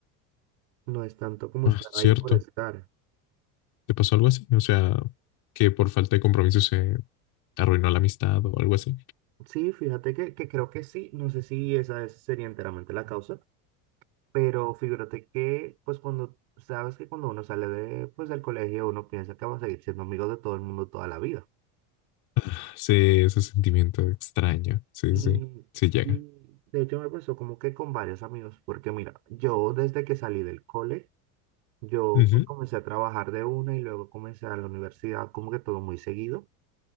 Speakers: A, on the right; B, on the left.
A: No es tanto como
B: ah,
A: estar
B: cierto.
A: ahí por estar.
B: ¿Te pasó algo así? O sea, que por falta de compromiso se arruinó la amistad o algo así.
A: Sí, fíjate que, que creo que sí. No sé si esa es- sería enteramente la causa. Pero figúrate que, pues cuando, sabes que cuando uno sale de, pues, del colegio, uno piensa que va a seguir siendo amigo de todo el mundo toda la vida.
B: Ah, sí, ese sentimiento extraño. Sí,
A: Y,
B: sí, sí llega.
A: y de hecho me pasó como que con varios amigos, porque mira, yo desde que salí del cole, yo
B: Uh -huh.
A: pues, comencé a trabajar de una y luego comencé a la universidad, como que todo muy seguido.